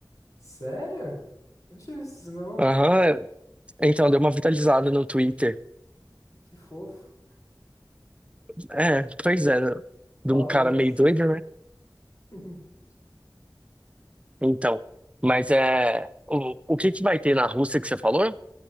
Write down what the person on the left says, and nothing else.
Sério? Não tive isso não.
Que fofo.
Flowers.
<laughs>